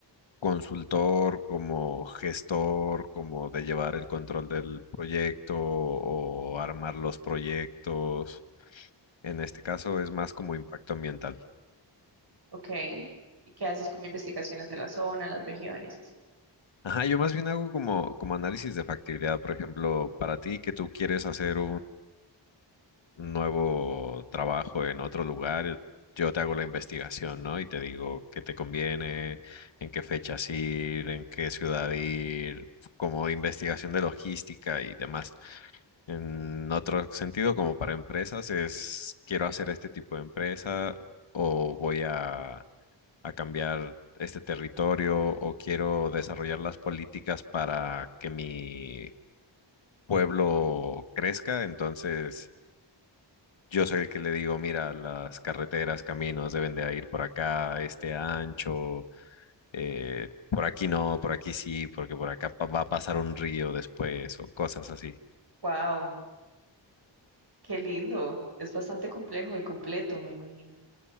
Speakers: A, on the left; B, on the right.
A: consultor, como gestor, como de llevar el control del proyecto o armar los proyectos. En este caso es más como impacto ambiental.
B: Ok. ¿Y qué haces como investigaciones de la zona, las regiones y así?
A: Ajá, yo más bien hago como, como análisis de factibilidad. Por ejemplo, para ti que tú quieres hacer nuevo trabajo en otro lugar, yo te hago la investigación, ¿no? Y te digo qué te conviene, en qué fechas ir, en qué ciudad ir, como investigación de logística y demás. En otro sentido, como para empresas, es quiero hacer este tipo de empresa o voy a, a cambiar este territorio o quiero desarrollar las políticas para que mi pueblo crezca, entonces yo soy el que le digo, mira, las carreteras, caminos deben de ir por acá, este ancho, eh, por aquí no, por aquí sí, porque por acá pa- va a pasar un río después o cosas así.
B: ¡Wow! ¡Qué lindo! Es bastante complejo y completo, me imagino.